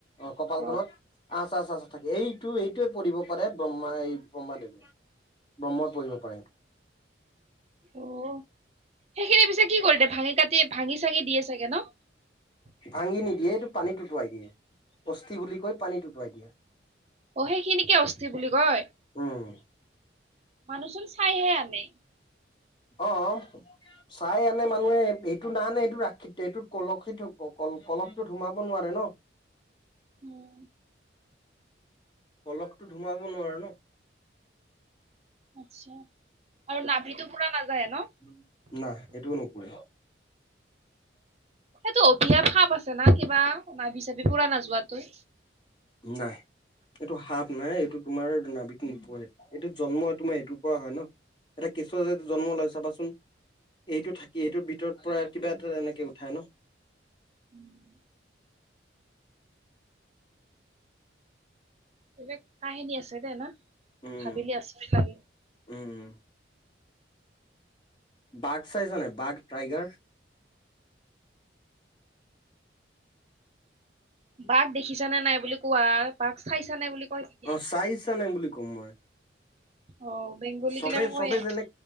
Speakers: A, on the left (about 25°); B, on the right (about 35°).
A: অঁ কপালখনত
B: অ
A: আচ আচ আচ থাকে এইটো এইটোৱে পৰিব পাৰে, ব্ৰহ্মা এই ব্ৰহ্মাদেৱে ব্ৰহ্ম পৰিব পাৰে।
B: অ'। সেইখিনি পিছে কি কৰিলে ভাঙি কাটি ভাঙি চাঙি দিয়ে চাগে ন'?
A: ভাঙি নিদিয়ে এইটো পানীত উটুৱাই দিয়ে। অস্থি বুলি কয়, পানীত উটুৱাই দিয়ে।
B: অ' সেখিনিকে অস্থি বুলি কয়।
A: উম
B: মানুহ চোন চাইহে আনে।
A: অঁ। চাই আনে মানুহে এইটো না নে এইটো ৰাক্ষিত এইটোত কলসিত থ কল পলসটোত সোমাব নোৱাৰে ন'?
B: উম।
A: পলসটোত সোমাব নোৱাৰো ন'?
B: আচছা আৰু নাভিতো পুৰা নাযায়ে ন'?
A: উম। নাহ এইটোও নুপুৰে।
B: সেইটো অভিসাপ সাপ আছে না কিবা? নাবি চাভি পুৰা নাযোৱাটো?
A: নাই। এইটো সাপ নাই, এইটো তোমাৰ নাভিত নোপুৰে। এইটো জন্ম এই তোমাৰ এইটোৰ পৰা হয় ন'? এটা কেঁচুৱা যদি জন্ম লয় চাবা চোন। এইটো থাকি এইটোত ভিতৰত পৰা কিবা এটা এনেকে উঠাই ন'?
B: ওম বলেগ কাহিনী আছে দে না।
A: উম
B: ভাবিলি আছৰিত লাগে।
A: উম। বাঘ চাইছ নাই? বাঘ টাইগাৰ।
B: বাঘ দেখিছা নে নাই বুলি কোৱা? বাঘ চাইছা নাই বুলি কয় নেকি?
A: অ চাইছা নাই বুলি কম মই
B: অ' বেংগলী
A: চবে
B: বিলাকে কয়ে।
A: চবে যেনে